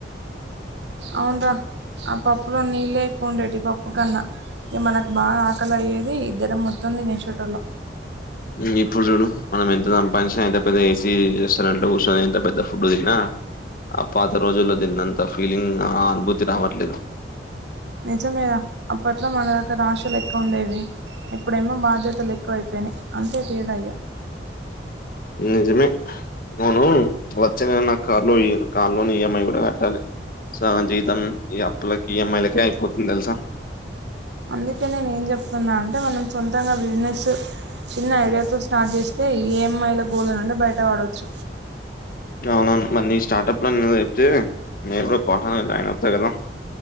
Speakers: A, on the right; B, on the left.
A: అవును రా ఆ పప్పులో నీళ్ళే ఎక్కువ ఉండేటి పప్పు కన్నా ఇక మనకు బాగా ఆకలి అయ్యేది ఇద్దరం మొత్తం తినేశేటోళ్ళం
B: ఉ ఇప్పుడు చూడు మనం ఎంత సంపాదించిన ఎంత పెద్ద ఏసీ రెస్టారెంట్ లో కూసోని ఎంత పెద్ద ఫుడ్ తిన్నా ఆ పాత రోజుల్లో దీన్నంత ఫీలింగ్ ఆ అనుభూతి రావట్లేదు
A: నిజమే రా అప్పట్లో మన దగ్గర ఆశలు ఎక్కువ ఉండేవి ఇప్పుడేమో బాధ్యతలు ఎక్కువ అయిపోయినాయి అంతే తేడా ఇగ
B: నిజమే అవును వచ్చే నెల నా కార్లో ఇయ్ కార్లోని ఈఎంఐ కూడా కట్టాలి సగం జీతం ఈ అప్పులకి ఈఎంఐలకే అయిపోతుంది తెలుసా
A: అందుకే నేను ఏం చెప్తున్నా అంటే మనం సొంతంగా బిజినెస్ చిన్న ఐడియాతో స్టార్ట్ చేస్తే ఈఎంఐ ల గోల నుండి బయట వాడవచ్చు
B: అ అవునువును మరి నీ స్టార్ట్ప్ లో చెప్తే నేను కూడా పోటాను జాయిన్ అవుతా కదా